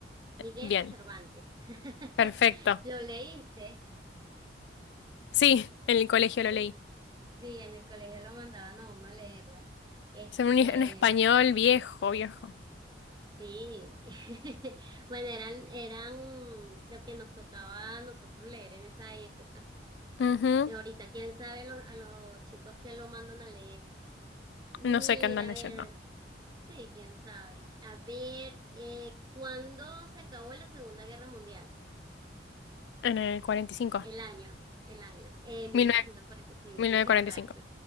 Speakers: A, on the right; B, on the left.
A: Miguel
B: Bien,
A: de Cervantes. <laughs>
B: perfecto.
A: ¿Lo leíste?
B: Sí, <laughs> en el colegio
A: Sí,
B: lo leí.
A: sí, en el colegio lo mandaban a uno a leerla. Este,
B: Es un, un español viejo, viejo.
A: sí. <laughs> Bueno, eran, eran lo que nos tocaba a nosotros leer en esa época.
B: Ujú.
A: Y ahorita, quién sabe lo- a los chicos que lo mandan a leer. Mira,
B: No sé qué andan
A: a
B: leyendo.
A: ver, sí, quién sabe. A ver, eh, ¿cuándo se acabó la Segunda Guerra Mundial?
B: En el cuarenta y cinco
A: El año, el año, eh, mil
B: mil
A: novecientos
B: nueve-
A: cuarenta y cinco
B: mil novecientos
A: <laughs> exacto.
B: cuarenta y cinco.